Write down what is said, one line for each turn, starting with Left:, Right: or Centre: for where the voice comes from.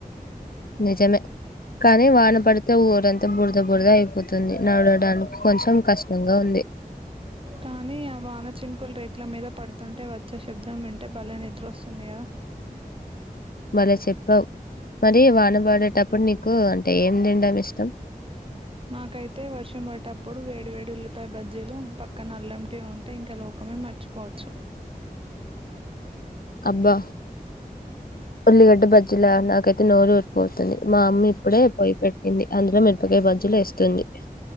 Left: నిజమే కానీ వాన పడుతు. పోతే ఊరంతా బురద బురద అయిపోతుంది నాడవడానికి కొంచం కష్టంగా ఉంది.
Right: కానీ ఆ వాన చినుకులు రై. పట్ల మీద పడుతుంటే వచ్చే శబ్దం వింటే భలే నిద్ర వస్తుంది కదా
Left: భలే చెప్పావు మరి వాన పాడేటప్పుడు నీకు అంటే ఏం తిన్డం ఇష్టం
Right: నాకైతే వర్షం పడప్పుడు వే వేడి వేడి ఉల్లిపాయ బాజ్జీలు పక్కన ఆల్లం టీ ఉంటే ఇంకా లోకమే మర్చిపోవచ్చు.
Left: అబ్బా ఉల్లిగడ్డ బజ్జిల నాకైతే నోరు ఊరిపోతుంది. మా అమ్మ ఇప్పుడే పొయి పెట్టింది అందులో మిరపకాయ బజ్జిలు వేస్తుంది.